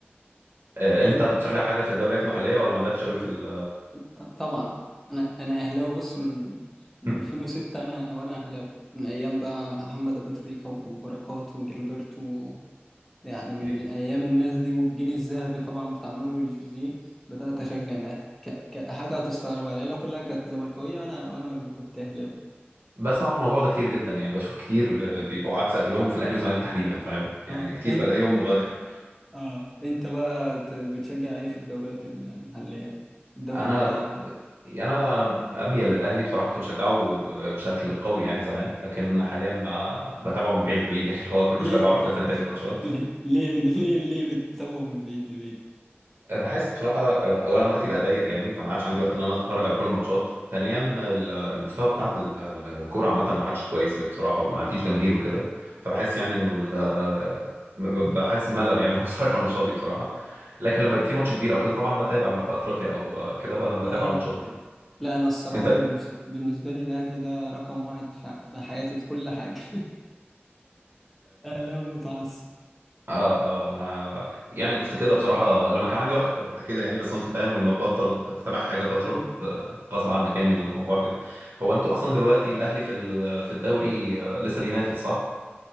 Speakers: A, on the right; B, in the centre.
A: آه،
B: بال...
A: انت بتشجع حاجه في الدوريات المحليه ولا مالكش قوي في ال...
B: ط- طبعا انا انا اهلاوي بص من من
A: <laughs>
B: 2006 انا وانا اهلاوي من ايام بقى محمد ابو تريكة وبركات وجilberto يعني
A: اوكي
B: من ايام الناس دي والجيل الذهبي طبعا بتاع مانويل جوزيه بدات اشجع الاهلي ك... كحاجه هتستغربها العيله كلها كانت زملكاويه وانا وانا اللي كنت اهلاوي
A: بسمع الموضوع ده كتير جدا يعني بشوف كتير آه، بيبقوا عكس اهلهم في الاهلي والزمالك تحديدا فاهم يعني
B: اه
A: كتير
B: انت
A: بلاقيهم مغير
B: اه انت بقى ت- بتشجع ايه في الدوريات المحليه الدوري
A: انا
B: المحلي
A: كنت يعني انا انا اميل للاهلي بصراحه كنت بشجعه بشكل قوي يعني زمان لكن حاليا ما بتابعه من بعيد لبعيد يعني اللي هو كل
B: ليه
A: شويه بعرف
B: <laughs>
A: بس نتائج الماتشات
B: ليه ليه ليه ليه بتتابعه من بعيد لبعيد
A: بحس بصراحة آه، أولا وقتي بقى ضيق يعني فما عادش عندي وقت إن أنا أتفرج على كل الماتشات، ثانيا ال- المستوى بتاع ال- الكورة عامة ما عادش كويس أوي بصراحة
B: <laughs>
A: وما فيش جماهير وكده، فبحس يعني إنه ال- آه، ب- بحس بملل يعني لما <laughs> بتفرج على الماتشات دي بصراحة، لكن لما يبقى في ماتش كبير أو كده طبعا بتابع لو في أفريقيا أو آه، كده ب- بتابع
B: اه
A: الماتشات دي.
B: لا انا الصراحه
A: أنت
B: بالنسبه بالنسبه لي الاهلي ده رقم واحد في في حياتي في كل حاجه <laughs> اهلاوي متعصب
A: اه اه انا يعني كنت كده بصراحه لما كان عندي وقت كنت ببقى كده يعني بس هو انت فاهم لما تبطل تتابع حاجه فتره
B: مم.
A: بت- غصب عنك يعني الموضوع كده هو انتوا اصلا دلوقتي الاهلي في ال- في الدوري آه، لسه بينافس صح